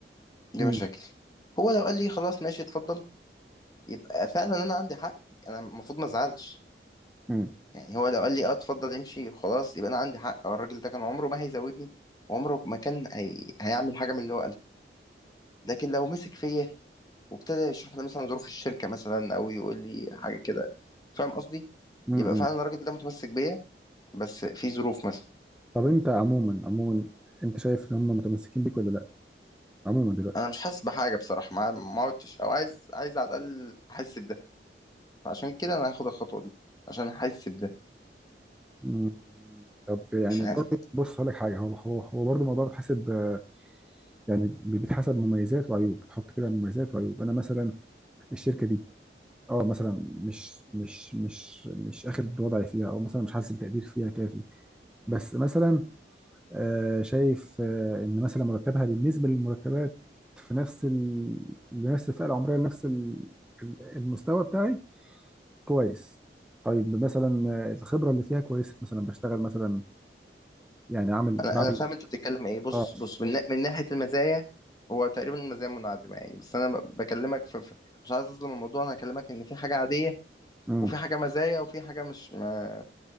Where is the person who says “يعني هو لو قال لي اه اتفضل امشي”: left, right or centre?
Left